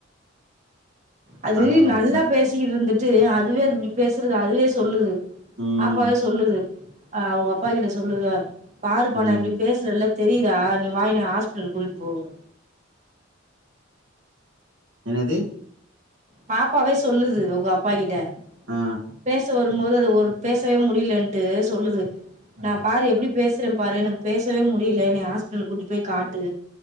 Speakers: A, on the right (about 35°); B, on the right (about 60°).
A: அது
B: ஒண்ணும்
A: நல்லா
B: பிரச்சனை இல்ல.
A: பேசிக்கிட்டு இருந்துட்டு அத் அதுவே இப்டி பேசுறது அதுவே சொல்லுது
B: ம்.
A: பாப்பாவே சொல்லுது ஆ அவுங்க அப்பா கிட்ட சொல்லுது பாருப்பா
B: ம்.
A: நா இப்டி பேசுறல்ல தெரியுதா நீ வா என்ன ஹாஸ்பிடல் கூட்டிட்டு போங்குது
B: என்னது
A: பாப்பாவே சொல்லுது அவுங்க அப்பா கிட்ட
B: ஆ.
A: பேச வ ரும்போது அது ஒரு பேசவே முடியலன்ட்டு சொல்லுது
B: ஆ.
A: நா பாரு எப்டி பே சற பாரு எனக்கு பேசவே முடியல என்னய ஆஸ்பிட்டலுக்கு கூட்டிட்டு போய் காட்டு